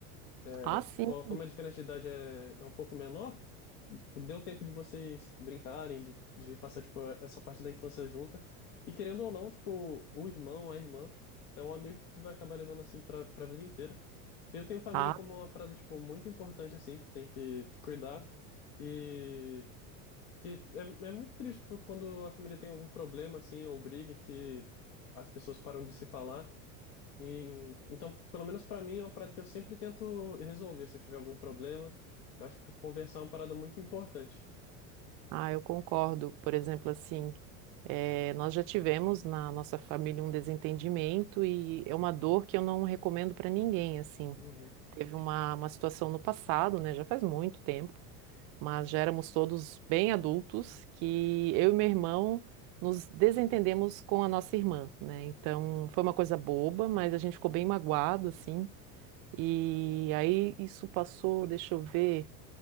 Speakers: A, on the left; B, on the right.
A: é,
B: Ah, sim.
A: co- como a diferença de idade é, é um pouco menor, tipo, deu tempo de vocês brincarem, de, de passar, tipo, essa parte da infância junta. E querendo ou não, tipo, o irmão, a irmã, é um amigo que tu vai acabar levando, assim, pra, pra vida inteira. Eu tenho família
B: Ah,
A: como uma parada, tipo, muito importante, assim, que tem que cuidar. E que é, é muito triste, tipo, quando a família tem algum problema, assim, ou briga, que as pessoas param de se falar. E, então, pelo menos pra mim, é uma parada que eu sempre tento resolver se eu tiver algum problema. Eu acho que conversar é uma parada muito importante.
B: ah, eu concordo. Por exemplo, assim, eh, nós já tivemos na nossa família um desentendimento e é uma dor que eu não recomendo para ninguém, assim.
A: Uhum.
B: Teve uma, uma situação no passado, né? Já faz muito tempo mas já éramos todos bem adultos, que eu e meu irmão nos desentendemos com a nossa irmã, né? Então foi uma coisa boba, mas a gente ficou bem magoado, assim. E aí isso passou, deixa eu ver,